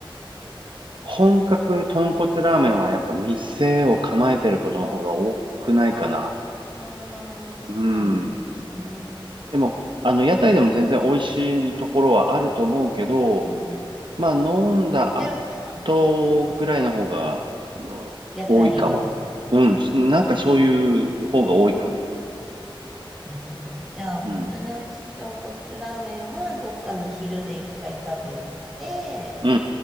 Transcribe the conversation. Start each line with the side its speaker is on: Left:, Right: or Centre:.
Right: 本格豚骨ラーメンはやっぱ店を構えてることの方が多くないかな。
Centre: あ、あーそうなんですね。
Right: うん。でも、あの、屋台でも全然美味しいところはあると思うけど、
Centre: うんそっか。
Right: まあ、飲んだ
Centre: じゃあ、
Right: 後ぐらいの方がの多いかも。
Centre: まあ、屋台はです。
Right: うん。なんかそういう方が多いかも。
Centre: なるほど。じゃあ、
Right: うん。
Centre: 本当に美味しい豚骨ラーメンは、どっかの昼で一回食べて、
Right: うん、